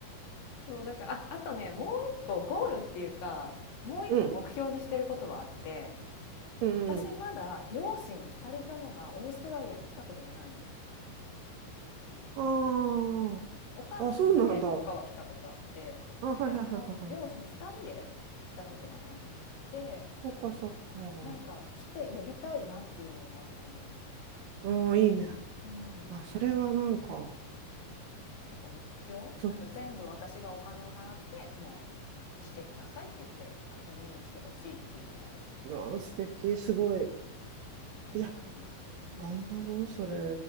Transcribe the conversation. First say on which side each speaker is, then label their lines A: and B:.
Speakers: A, on the left (about 65°); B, on the right (about 75°).
A: そう、だから、あ、<laughs> あとね、もう一個ゴールっていうか、もう一個目標にしてることはあって、
B: うん、うん、
A: 私まだ両親二人ともがオーストラリアに来たことがないの。
B: うん。あ
A: お母さんだけとかは来たことあって、
B: あ、あ、そうなんだ。あ、はいはいはいはいはい。
A: でも両親二人で来たことがなくって、
B: そっかそっ
A: なんか来て呼びたいなっていうのはあるかな。
B: か。うん、いいね。
A: うん。
B: あ、それはなんか、
A: 結構目標なんか全部私がお金を払って、
B: ちょっ
A: もう来てくださいって言って、あ、見に来てほしいっていうのはある。
B: と、あ素敵、すごい。
A: えーいや、
B: いや、
A: うん。
B: 頑張ろう、それ。